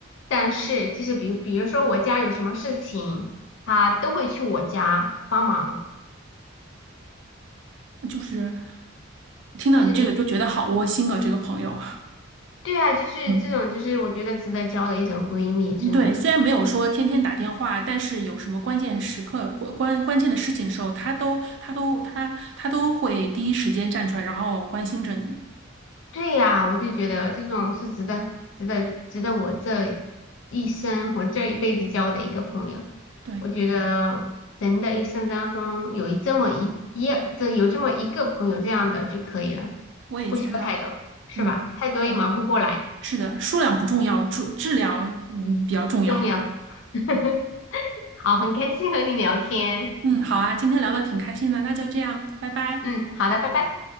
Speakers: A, on the left (about 65°); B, on the right (about 60°).
A: 但是就是比如比如说我家有什么事情，她都会去我家帮忙。
B: 就是听到你这个就觉得好窝心啊，
A: 其实
B: 这个朋友，<laughs>
A: 对啊，就是这种就是我觉得值得交的一种闺蜜，
B: 嗯。嗯对，
A: 真的。
B: 虽然没有说天天打电话，但是有什么关键时刻、关关关键的事情的时候，他都他都他他都会第一时间站出来，然后关心着你。
A: 对呀，我就觉得这种是值得、值得、值得我这一生、我这一辈子交的一个朋友。
B: 对。
A: 我觉得人的一生当中有一这么一一这有这么一个朋友这样的就可以了，
B: 我也觉得，
A: 不需要太多，是吧？
B: 嗯，
A: 太多也忙不过来，
B: 对，是的，数量不重要，质质量嗯比较重要。
A: 重要。<laughs> 好，很开心和你聊天。
B: 嗯，好啊，今天聊的挺开心的，那就这样，拜拜。
A: 嗯，好的，拜拜。